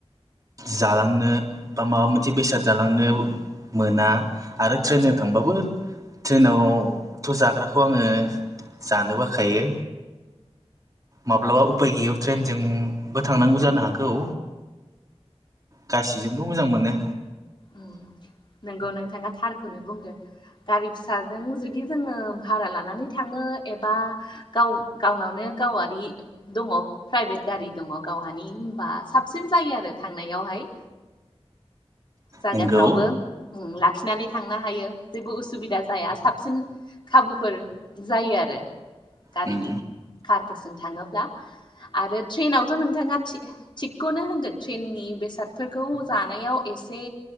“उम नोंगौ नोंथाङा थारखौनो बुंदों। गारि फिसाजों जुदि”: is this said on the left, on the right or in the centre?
Left